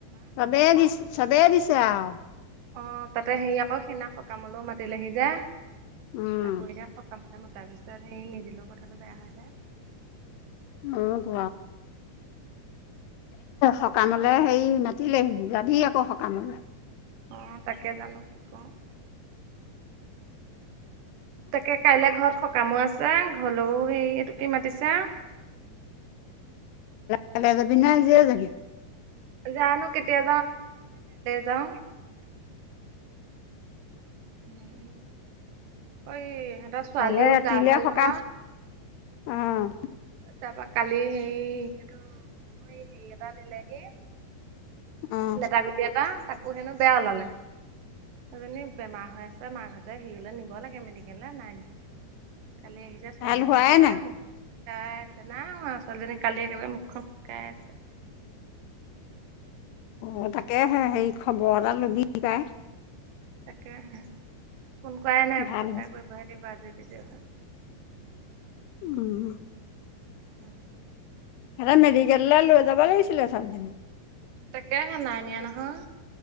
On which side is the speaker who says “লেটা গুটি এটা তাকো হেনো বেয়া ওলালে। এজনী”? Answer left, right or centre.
Right